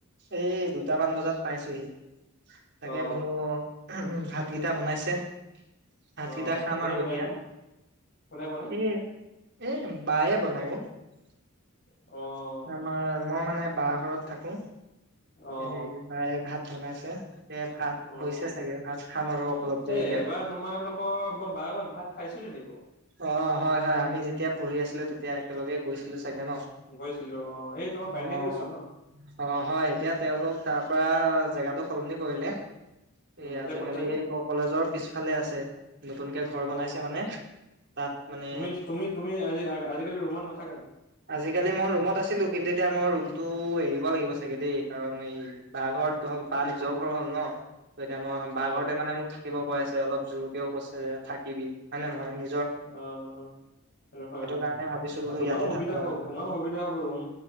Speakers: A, on the right; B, on the left.
A: এই দুটামান বজাত পাইছোহি। তাকে
B: অ',
A: বোলো উ ভাতকেইটা বনাইছে। ভাতকেইটা
B: অ',
A: খাম
B: কোনে
A: আৰু
B: বনাই
A: এতিয়া
B: এইটো কোনে বনাই?
A: এ এ বায়ে বত <unintelligible> আমাৰ
B: অ',
A: মই মানে বা ঘৰত থাকোঁ।
B: অ',
A: এই
B: অ',
A: বায় ভাত বনাইছে। তাকে ভাত
B: অ এ
A: হৈছে চাগে ভাত খাম আৰু অলপ দেৰিকে
B: এবাৰ তোমালোকৰ মই বা ঘৰত ভাত খাইছো নিব <unintelligible>
A: অ' হয়-হয় আমি যেতিয়া পঢ়ি আছিলো তেতিয়া একেলগে গৈছিলো। চাগে ন
B: গৈছিলো। অ', এই তোমাৰ
A: অ'
B: পানী টেংকিৰ ওচৰত ন?
A: অ' হয় এতিয়া তেওঁলোক তাৰ পৰা জেগাতো সলনি কৰিলে
B: উম,
A: এই
B: এতিয়া
A: আজিকালি
B: ক'ত থাকে?
A: কলেজৰ পিছফালে আছে। নতুনকে
B: অ',
A: ঘৰ বনাইছে মানে। তাত মানে
B: তুমি তুমি তুমি আজি আজিকালি ৰুমত নাথাকা নি?
A: আজিকালি মই ৰোমত আছোঁ। কিন্তু এতিয়া মই ৰুমতটো এৰিব লাগিব চাগে দেই কাৰণ এই বা ঘৰত বা নিজৰ ঘৰ হ'ল ন। অ'। ত, এতিয়া মই বাঘৰতে
B: অ',
A: মানে মোক থাকিব কৈ আছে অলপ জোৰকেও কৈছে যে থাকিবি হয় নে নহয় নি
B: অ'। হয়, হয়,
A: কাৰণে ভাবিছো বোলো
B: তোমাৰো
A: ইয়াতে
B: সুবিধা
A: থাকো আৰু
B: হ'ব তোমাৰো সুবিধা হ'ব ৰুম